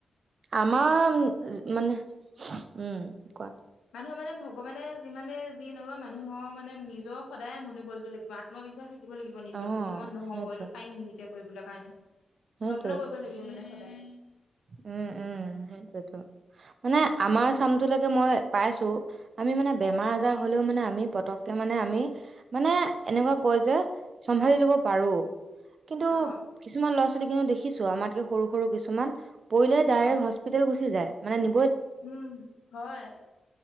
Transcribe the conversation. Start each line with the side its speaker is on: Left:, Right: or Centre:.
Right: আমাৰ মানে উম কোৱা।
Left: মানুহৰ মানে ভগৱানে যিমানে যি মানুহৰ মানে নিজৰ সদায় মনোবলটো লাগিব আত্মবিশ্বাস। িব লাগিব নিজৰ
Right: অ'
Left: ওপৰত যে মই নহব
Right: সেইটোৱে
Left: এইটো পিম নিজয়া। কৰিব কাৰনে।
Right: সেইটোৱে
Left: যত্ন কৰিব লাগিব মানে সদায়।
Right: উম উম সেইটয়েতো মানে। আমাৰ চামটোলৈকে মই পাইছোঁ আমি মানে। বেমাৰ আজাৰ
Left: উম
Right: হ'লেও মানে আমি পতকে। তেতিয়া মানে আমি হে মানে এনেকুৱা
Left: উম
Right: কয় যে চম্ভালি লব। পাৰোঁ। কিন্তু
Left: অ
Right: কিছুমান ল'ৰা ছোৱালী কিন্তু দেখিছো আমাতকে সৰু। সৰু কিছুমান। পৰিলে ডাইৰেক্ট
Left: অ
Right: হস্পিতেল গুচি যায়। মানে। নি
Left: উম হয়।